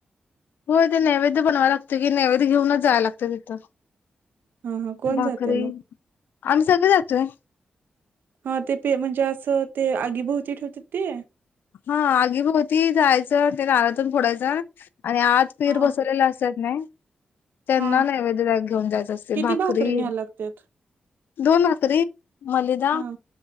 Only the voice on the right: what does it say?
हा हा कोण
जातय मग
हा ते प म्हणजे असं ते आगीभोवती ठेवते ते
हा
हा
किती
न्यायला लागत्यात
हा